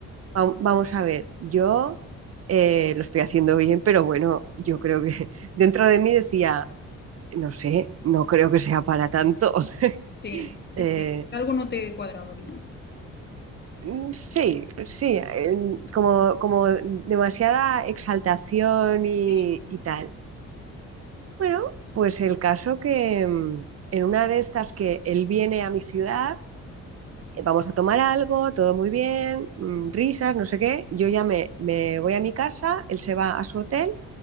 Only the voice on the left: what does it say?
Sí, sí,
sí. Algo no te cuadraba bien.
Sí.